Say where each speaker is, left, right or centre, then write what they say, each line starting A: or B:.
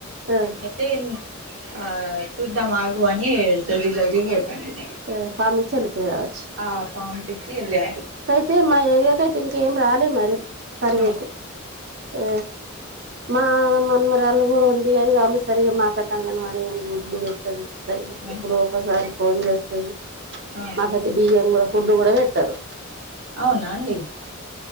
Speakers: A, on the right (about 55°); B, on the right (about 75°).
A: ఆ
B: అయితే ఆ చుద్దాం ఆగు అని జల్దీ జల్దీ పోతంది మరి
A: ఆ ఫామ్ ఇచ్చి ఎళ్ళిపోయి గవచ్చు
B: ఆ ఫామ్స్ ఇచ్చి ఎలారు
A: తే మా ఏరియాకి అయితే ఇంకేం రాలే మరి సర్వేకు
B: ఆ
A: ఆ మా మనమరాళ్ళు కూడా ఉంది కాని వాళ్లు సరిగా మకైతే అంగన్వాడి ఎం గుడ్లు పెట్టదు సరిగా
B: ఆ
A: ఎప్పుడు ఒకసారి కోడి తెస్తాది
B: ఆ
A: కతే బియ్యం కూడా ఫుడ్ కూడా పెట్టారు
B: అవునాండి